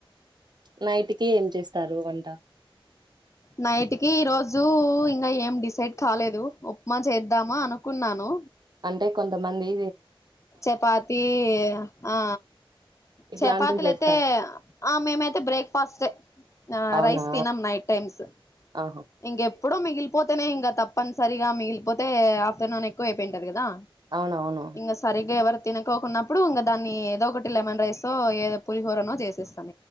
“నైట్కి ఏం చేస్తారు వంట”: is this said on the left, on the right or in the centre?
Right